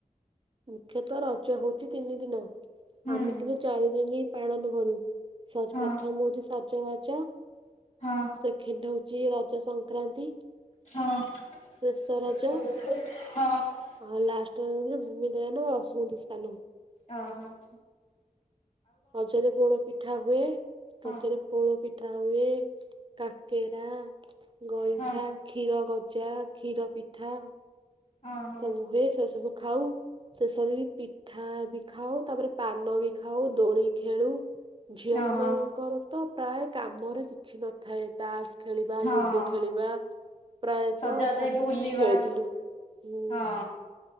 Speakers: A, on the right; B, on the left.
A: ମୁଖ୍ୟତଃ ରଜ ହଉଛି ତିନି ଦିନ
B: ହୁଁ
A: ଆମେ କିନ୍ତୁ ଚାରି ଦିନି ପାଳନ କରୁ। ସଜ
B: ହଁ
A: ପ୍ରଥମ ହଉଛି ସଜବାଜ।
B: ହଁ
A: ସେକେଣ୍ଡ ହଉଛି ରଜ ସଂକ୍ରାନ୍ତି।
B: ହଁ
A: ଶେଷ ରଜ
B: ହଁ।
A: ଆଉ ଲାଷ୍ଟ <unintelligible> ଭୂମି ଦୟନ ଅ ସ୍ମୃତି ସ୍ଥାନ।
B: ଓ ହୋ ଆଛା।
A: ରଜରେ ପୋଡ ପିଠା ହୁଏ
B: ହଁ
A: ରଜରେ ପୋଡ଼ ପିଠା ହୁଏ, କାକେରା, ଗଇଁଠା।
B: ହଁ
A: କ୍ଷୀର ଗଜା, କ୍ଷୀର ପିଠା
B: ହଁ ହଁ
A: ସବୁ ହୁଏ ସେ ସବୁ ଖାଉ ଶେଷରେ ବି ପିଠା ବି ଖାଉ ତାପରେ ପାନ ବି ଖାଉ ଦୋଳି ଖେଳୁ ଝିଅ
B: ଓହୋ
A: ମାନଙ୍କର ତ ପ୍ରାୟ କାମରେ କିଛି ନ ଥାଏ ତାସ ଖେଳିବା,
B: ହଁ
A: ଲୁଡୁ ଖେଳିବା, ପ୍ରାୟତଃ
B: ସଜାବାଜ
A: ସବୁ
B: ହେଇକି ବୁଲିବା
A: କିଛି ଖେଳିଥିଲୁ। ହୁଁ
B: ହଁ